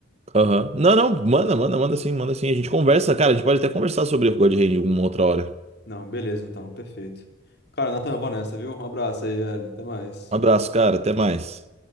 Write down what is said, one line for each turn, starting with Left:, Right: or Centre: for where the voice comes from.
Right: Aham. Não, não, manda, manda, manda sim, manda sim. A gente conversa, cara. A gente pode até conversar sobre o God Hand uma outra hora.
Left: Não, beleza, então, perfeito. Cara, Nathan, eu vou nessa, viu? Um abraço aí, velho. Até mais.
Right: Um abraço, cara. Até mais.